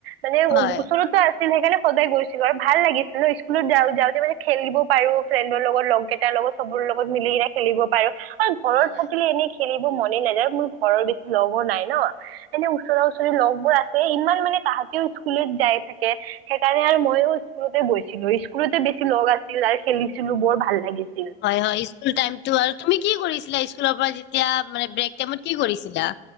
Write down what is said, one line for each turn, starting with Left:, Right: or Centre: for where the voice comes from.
Right: মানে
Left: হয়
Right: ওচৰত আছিল সেইকাৰণে সদায় গৈছিলো আৰু ভাল লাগিছিলে স্কুলত যা যাওঁতে মানে খেলিব পাৰো ফ্ৰেণ্ডৰ লগত লগ কেইটাৰ লগত। চবৰ লগত মিলি কিনে খেলিব পাৰো আৰু ঘৰত
Left: হয়
Right: থাকিলে এনে খেলিব মনে নাযায় মোৰ ঘৰৰ বেছি লগো নাই ন। এনে ওচৰা ওচৰি লগবোৰ আছে ইমান মানে তাহাঁতিও স্কুলত যাই থাকে। সেইকাৰণে আৰু মইয়ো স্কুলতে গৈছিলো স্কুলতে বেছি লগ আছিল আৰু খেলিছিলো বৰ ভাল লাগিছিল।
Left: হয় হয় স্কুল টাইমতটো আৰু তুমি কি কৰিছিলা স্কুলৰ পৰা যেতিয়া মানে ব্ৰেক টাইমত কি কৰিছিলা?